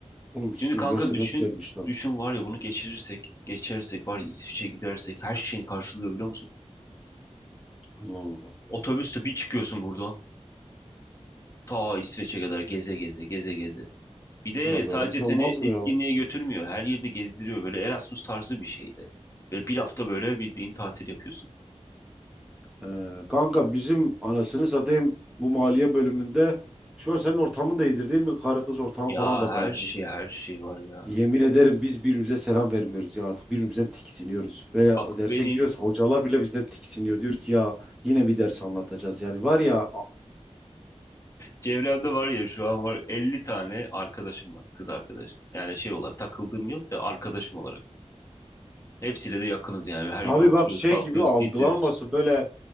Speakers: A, in the centre; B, on the left.
A: Oğlum sizin
B: Şimdi kanka
A: üniversite
B: düşün
A: ne güzelmiş lan.
B: düşün var ya bunu geçirirsek, geçersek var ya İsviçre'ye gidersek her şeyini karşılıyor biliyor musun?
A: Allah Allah.
B: Otobüste bir çıkıyorsun buradan ta İsveç'e kadar geze geze geze geze. Bir de
A: Ulan yorucu
B: sadece seni
A: olmaz mı
B: etkinliğe
A: ya?
B: götürmüyor. Her yerde gezdiriyor böyle Erasmus tarzı bir şeydi. Böyle bir hafta böyle bildiğin tatil yapıyorsun.
A: Ee, kanka bizim anasını satayım bu maliye bölümünde şu an senin ortamın da iyidir değil mi? Karı kız ortamı
B: Ya
A: falan da
B: her
A: bayağı.
B: şey her şey var ya.
A: Yemin ederim biz birbirimize selam vermiyoruz ya artık birbirimizden tiksiniyoruz. Ve
B: Bak
A: o derse
B: benim
A: giriyoruz hocalar bile bizden tiksiniyor. Diyor ki ya yine bir ders anlatacağız. Yani var ya a-
B: çevremde var ya şu an var 50 tane arkadaşım var kız arkadaşım. Yani şey olarak takıldığım yok da arkadaşım olarak. Hepsiyle de yakınız yani. Her
A: abi
B: gün oturuyoruz,
A: bak şey
B: kalkıyoruz,
A: gibi algılanması
B: gidiyoruz.
A: böyle